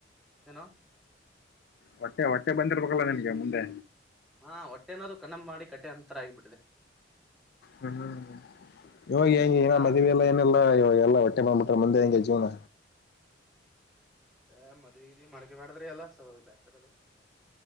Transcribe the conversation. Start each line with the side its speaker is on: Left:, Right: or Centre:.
Centre: ಏನು
Left: ಹೊಟ್ಟೆ ಹೊಟ್ಟೆ ಬಂದಿರ್ಬೇಕಲ್ಲ ನನ್ಗೆ ಮುಂದೆ.
Centre: ಹಾ ಹೊಟ್ಟೆ ಅನೋದು ಕಣಂಬಾಡಿ ಕಟ್ಟೆ ಅಂತರ ಆಗಿಬಿಟ್ಟಿದೆ.
Left: ಹ್ಮ್ ಹ್ಮ್ ಇವಾಗ ಹೆಂಗ ಇನ
Centre: ಹಾ
Left: ಮದುವ ಎಲ್ಲ ಏನೆಲ್ಲಾ ಇವಾಗಲ್ಲ ಹೊಟ್ಟೆ ಮಾಡಟ್ಟ. ಸೂ ಮುಂದೇ ಹೆಂಗೆ ಜೀವ್ನ.
Centre: ಅ ಮದ್ವೆಗ ಮಡ್ಕೆ ಮಾಡಡ್ದ್ರಿ ಎಲ್ಲ ಸ ಬೇಸರ ಅದು.